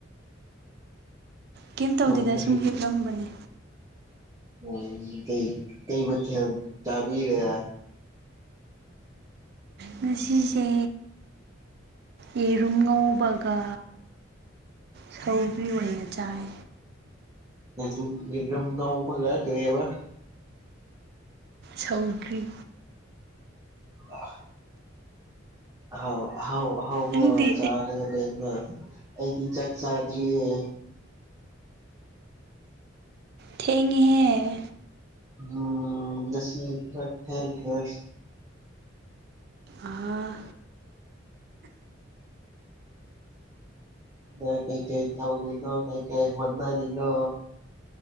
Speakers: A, on the right; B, on the right.
A: ꯀꯩꯝ ꯇꯧꯗꯦꯗ
B: ꯇꯨꯝꯗ꯭ꯔꯤ
A: ꯁꯨꯝ ꯍꯤꯞꯂꯝꯕꯅꯦ
B: ꯎꯝ ꯀꯩ ꯀꯩ ꯃꯊꯦꯜ ꯆꯥꯕꯤꯔꯦ
A: ꯉꯁꯤꯖꯦ ꯌꯦꯔꯨꯝ ꯉꯧꯕꯒ ꯁꯧꯒ꯭ꯔꯤ ꯑꯣꯏꯅ ꯆꯥꯏ
B: ꯌꯦꯔꯨꯝ ꯌꯦꯔꯨꯝ ꯉꯧꯕꯒ ꯀꯩꯑꯕ
A: ꯁꯧꯒ꯭ꯔꯤ
B: <inaudible> ꯑꯥꯍꯥꯎ ꯑꯍꯥꯎ ꯑꯥꯍꯥꯎꯕ
A: ꯅꯪꯗꯤ
B: ꯆꯥꯔꯒ ꯂꯩꯕ ꯑꯩꯗꯤ ꯆꯥꯛ ꯆꯥꯗ꯭ꯔꯤꯌꯦ
A: ꯊꯦꯡꯉꯦꯍꯦ
B: ꯎꯝ ꯉꯁꯤ ꯈꯔ ꯊꯦꯡꯒ꯭ꯔꯦ
A: ꯑꯍꯥ
B: ꯑ ꯀꯩ ꯀꯩ ꯇꯧꯔꯤꯅꯣ ꯀꯩ ꯀꯩ ꯍꯣꯠꯅꯔꯤꯅꯣ